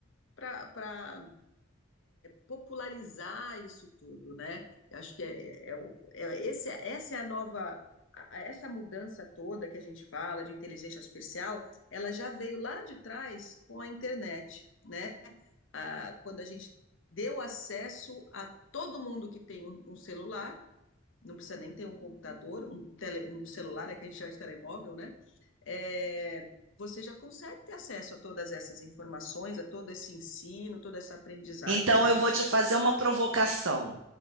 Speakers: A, on the left (about 65°); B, on the right (about 70°).
A: para popularizar isso tudo, né? Eu acho que é, é, é- esse, essa é a nova, a- essa mudança toda que a gente fala de inteligência artificial, ela já veio lá de trás com a internet, né? Ah, quando a gente deu acesso a todo mundo que tem um um celular, não precisa nem ter um computador, um, tele, um celular, é que a gente chama de telemóvel, né? É, você já consegue ter acesso a todas essas informações, a todo esse ensino, toda essa aprendizagem,
B: Então
A: né?
B: eu vou te fazer uma provocação,